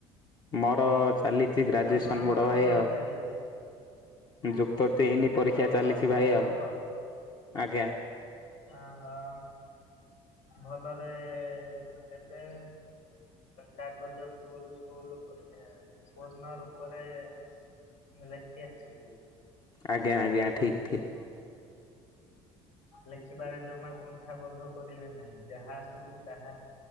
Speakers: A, on the left; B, on the left.
A: ମୋର ଚାଲିଛି ଗ୍ରାଜୁଏସନ୍
B: ଆପଣଙ୍କର
A: ବଡ଼ ଭାଇ
B: କଣ
A: ଆଉ
B: ଚାଲିଛି?
A: ଯୁକ୍ତ ହେଇନି ପରୀକ୍ଷା
B: ଓହୋ
A: ଚାଲିଛି
B: ସ୍ନାତକ
A: ଭାଇ ଆଉ ଆଜ୍ଞା
B: ଓହୋ ଭଲରେ ଦେବେ କାଗଜ ଫୁଲ ଫୁଲ ପୂର୍ଣ ରୂପରେ ଁ ଲେଖି ଆସିଲେ
A: ଆଜ୍ଞା ଆଜ୍ଞା ଠିକ ଠିକ୍
B: ଲେଖିବାରେ ଜମା କୁଣ୍ଠାବୋଧ କରିବେ ନାହିଁ ଯାହା ଆସୁଛି ତାହା